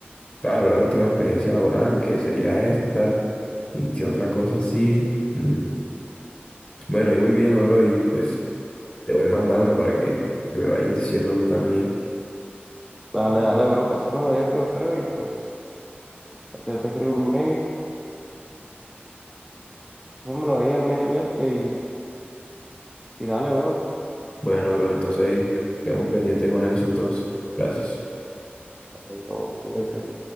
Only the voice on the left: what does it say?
Claro, la última experiencia laboral, que sería esta, y qué otra cosa así. Mm, Bueno, y voy viendo, bro, y pues te voy mandando para que, que me vayas diciendo tú también.
Bueno, bro, entonces ahí quedamos pendiente con eso, entonces. Gracias.